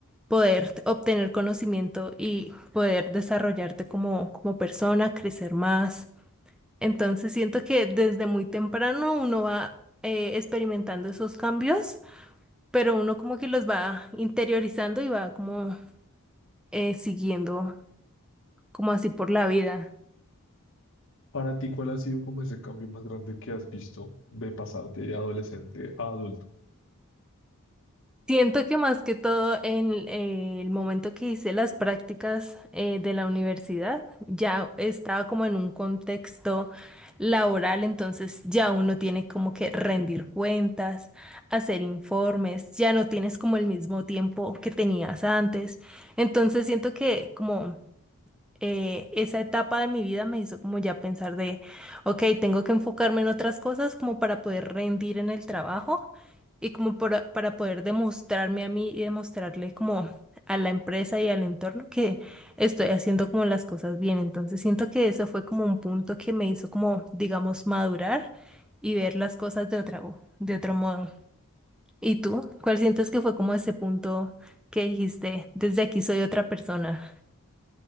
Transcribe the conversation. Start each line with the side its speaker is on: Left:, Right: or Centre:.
Centre: poder t- obtener conocimiento y poder desarrollarte como, como persona, crecer más. Entonces siento que desde muy temprano uno va eh, experimentando esos cambios, pero uno como que los va interiorizando y va como eh, siguiendo como así por la vida.
Left: Para ti, ¿cuál ha sido como ese cambio más grande que has visto de pasar de adolescente a adulto?
Centre: Siento que más que todo en eh, el momento que hice las prácticas eh, de la universidad, ya estaba como en un contexto laboral, entonces ya uno tiene como que rendir cuentas, hacer informes, ya no tienes como el mismo tiempo que tenías antes. Entonces siento que como eh, esa etapa de mi vida me hizo como ya pensar de, ok, tengo que enfocarme en otras cosas como para poder rendir en el trabajo y como para, para poder demostrarme a mí y demostrarle como a la empresa y al entorno que estoy haciendo como las cosas bien. Entonces siento que eso fue como un punto que me hizo como, digamos, madurar y ver las cosas de otra, vo- de otro modo. ¿Y tú? ¿Cuál sientes que fue como ese punto que dijiste, desde aquí soy otra persona?